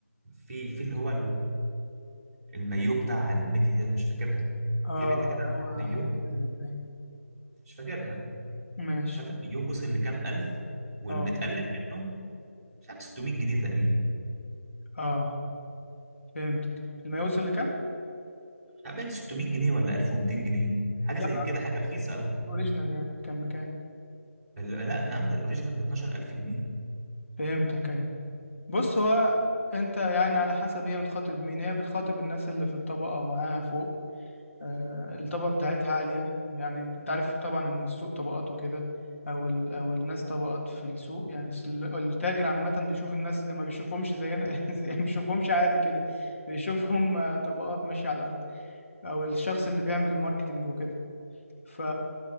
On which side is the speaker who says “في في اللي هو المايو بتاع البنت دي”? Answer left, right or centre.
Right